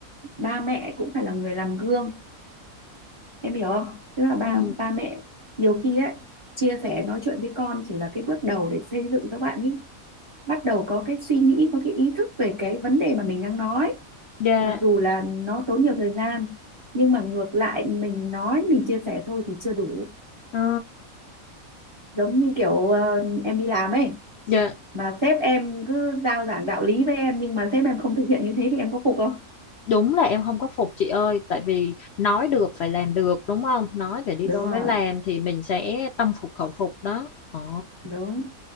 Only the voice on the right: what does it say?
ba mẹ cũng phải là người làm gương em hiểu không tức là ba
ba mẹ nhiều khi ấy chia sẻ nói chuyện với con chỉ là cái bước đầu để xây dựng các bạn ấy bắt đầu có cái suy nghĩ có cái ý thức về cái vấn đề mà mình đang nói
mặc dù là nó tốn nhiều thời gian nhưng mà ngược lại mình nói mình chia sẻ thôi thì chưa đủ
giống như kiểu ờ, em đi làm ấy
mà sếp em cứ giao giảng đạo lý với em nhưng mà sếp em không thực hiện như thế thì em có phục không
đúng
rồi
đúng